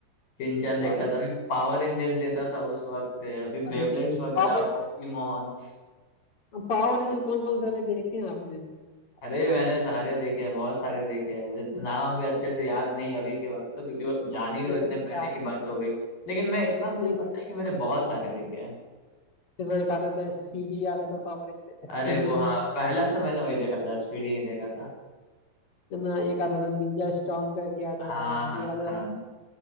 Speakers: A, on the left (about 65°); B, on the left (about 40°).
A: सिंचन देखता
B: भाई
A: था अभी पावर रेंजर्स देता था उस वक्त अभी बेबलेट्स
B: अरे नहीं
A: वगैरह
B: पावर
A: पोकीमॉन्स
B: पावर रेंजर कौन कौन से वाले देखे हैं आपने
A: अरे मैंने सारे देखे हैं बहुत सारे देखे हैं मुझे नाम भी अच्छे से याद नहीं अभी के वक्त तो क्योंकि वो जान ही रहे
B: मेरे
A: हो इतने
B: को
A: पहले
B: याद
A: की बात हो गई लेकिन मैं इतना मुझे
B: नहीं
A: पता है कि मैंने बहुत सारे देखे
B: फिर वो एक आता था एसपीडी आता था पावर एसपीडी
A: अरे वो हाँ पहला तो मैंने वही देखा था स्पीडी नहीं देखा था
B: है ना एक आता था निंजा स्टॉर्म करके आता
A: हाँ
B: था
A: हाँ
B: एक आता
A: हाँ
B: था